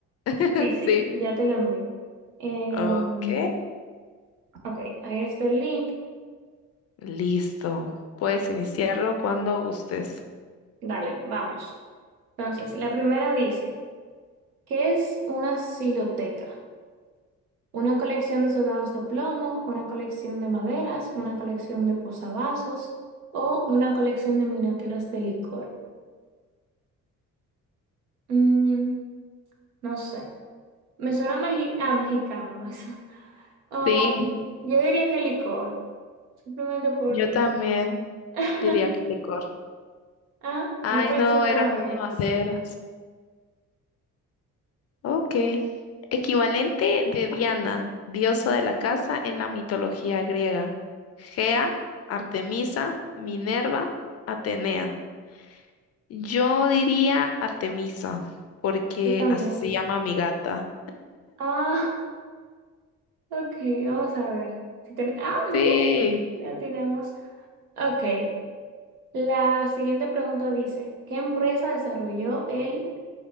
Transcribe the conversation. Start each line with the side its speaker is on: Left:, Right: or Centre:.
Left: <laughs>
Right: Sí,
Left: Sí.
Right: sí, ya te lo envío. Em,
Left: Ok,
Right: ok, ahí está el link.
Left: listo. Puedes iniciarlo cuando gustes.
Right: Dale, vamos. Entonces, la primera dice, ¿qué es una siloteca? Una colección de soldados de plomo, una colección de maderas, una colección de posavasos o una colección de miniaturas de licor. Mm, no sé. Me suena mexi- ah, mexicano <laughs> eso. Um,
Left: Sí,
Right: yo diría que licor. Simplemente por...
Left: yo también
Right: <laughs>
Left: diría que licor.
Right: Ah,
Left: Ay,
Right: una colección
Left: no, eran
Right: de maderas.
Left: una banderas. Ok. Equivalente de Diana, diosa de la casa en la mitología griega. Gea, Artemisa, Minerva, Atenea. Yo diría Artemisa, porque
Right: Yo también.
Left: así se llama mi gata.
Right: Ah, ok, vamos a ver. Si ten- Ah, mira,
Left: Sí.
Right: la tenemos. Ok, la siguiente pregunta dice, ¿qué empresa desarrolló el